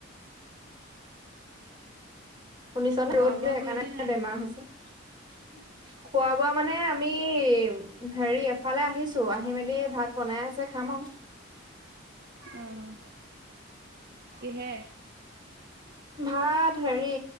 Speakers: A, on the right; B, on the right.
A: শুনিছ
B: খোৱা
A: ৰ'দ দিিয়
B: বোৱা
A: সেইকাৰণে
B: কৰিলি নাই
A: বেমাৰ হৈছে খোৱা বোৱা মানে আমি হেৰি এফালে আহিছো আহি মেলি ধাত বনাই আছে খাম আৰু
B: আহ কিহে
A: ভাত হেৰি